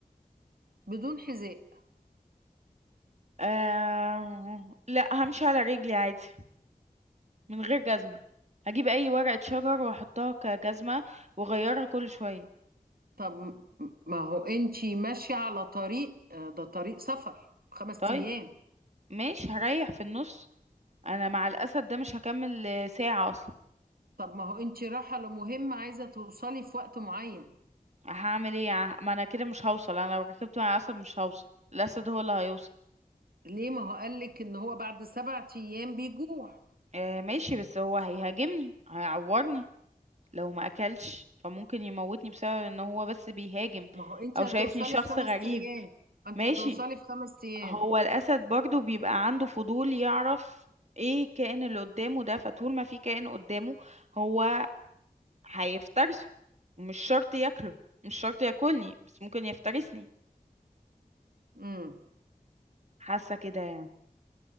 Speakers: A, on the right (about 80°); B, on the right (about 50°).
A: بدون حذاء
B: آه... لا همشي على رجلي عادي من غير جزمه هجيب اي ورقه شجر واحطها كجزمه واغيرها كل شويه
A: طب م- ما هو انتي ماشية على طريق آه، ده طريق سفر خمس
B: طيب
A: أيام
B: ماشي هريح في النص انا مع الاسد ده مش هكمل آه، ساعه اصلا
A: طب ما هو انتي رايحة لمهمة عايزة توصلي في وقت معين
B: هعمل ايه ع- ما انا كده مش هوصل انا لو ركبت مع الاسد مش هوصل الاسد هو اللي هيوصل
A: ليه ما هو قالك ان هو بعد سبعة أيام بيجوع
B: آه ماشي بس هو هيهاجمني هيعورني لو ما اكلش فممكن يموتني بسبب ان هو بس بيهاجم
A: ما هو انتي
B: او شايفني
A: هتوصلي
B: شخص
A: في خمس
B: غريب
A: أيام انتي
B: ماشي
A: هتوصلي في خمس أيام
B: هو الاسد برضو بيبقى عنده فضول يعرف ايه الكائن اللي قدامه ده فطول ما في كائن قدامه هو هيفترسه ومش شرط ياكله مش شرط ياكلني بس ممكن يفترسني
A: مم.
B: حاسه كده يعني